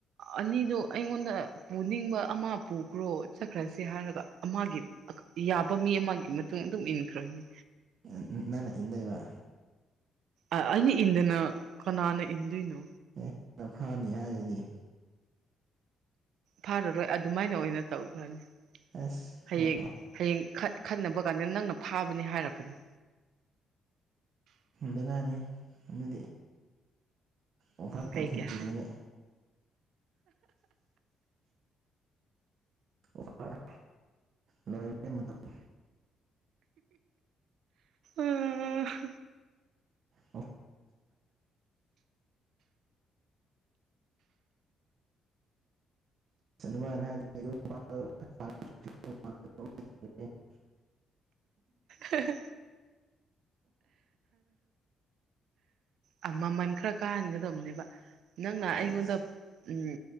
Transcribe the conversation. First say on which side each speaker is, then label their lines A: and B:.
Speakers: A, on the right; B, on the right.
A: ꯑꯅꯤꯗꯣ ꯑꯩꯉꯣꯟꯗ ꯄꯨꯅꯤꯡꯕ ꯑꯃ ꯄꯨꯈ꯭ꯔꯣ ꯆꯠꯈ꯭ꯔꯁꯤ ꯍꯥꯏꯔꯒ ꯑꯃꯒꯤ ꯌꯥꯕ ꯃꯤ ꯑꯃꯒꯤ ꯃꯇꯨꯡ ꯑꯗꯨꯝ ꯏꯟꯈ꯭ꯔꯅꯤ
B: ꯩ ꯅ ꯅꯪꯅ ꯏꯟꯗꯣꯏꯕ
A: ꯑꯩꯅ ꯏꯟꯗꯅ ꯀꯅꯥꯅ ꯏꯟꯗꯣꯏꯅꯣ
B: ꯑꯦ ꯅꯪꯅ ꯐꯅꯤ ꯍꯥꯏꯗꯨꯗꯤ
A: ꯐꯥꯔꯔꯣꯏ ꯑꯗꯨꯃꯥꯏꯅ ꯑꯣꯏꯅ ꯇꯧꯈ꯭ꯔꯅꯤ
B: ꯑꯁ
A: ꯍꯌꯦꯡ ꯍꯌꯦꯡ ꯈꯠ ꯈꯟꯅꯕ ꯀꯥꯟꯗ ꯅꯪꯅ ꯐꯥꯕꯅꯤ ꯍꯥꯏꯔꯛꯀꯅꯤ
B: ꯕꯦꯔꯅꯤ ꯑꯗꯨꯗꯤ ꯑꯣꯐꯥꯔ ꯑꯃ
A: ꯀꯩꯒꯤ
B: ꯊꯤꯡꯖꯤꯜꯂꯒꯦ ꯑꯣꯐꯔ ꯂꯣꯏꯈꯔꯦ ꯃꯇꯝ
A: ꯑ ꯍ
B: ꯑꯣꯐꯤꯁ <unintelligible>
A: ꯍꯍꯦ ꯑꯥ ꯃꯃꯜ ꯈꯔ ꯀꯥꯟꯍꯟꯒꯗꯧꯕꯅꯦꯕ ꯅꯪꯅ
B: ꯁꯦꯁ
A: ꯑꯩꯉꯣꯟꯗ ꯎ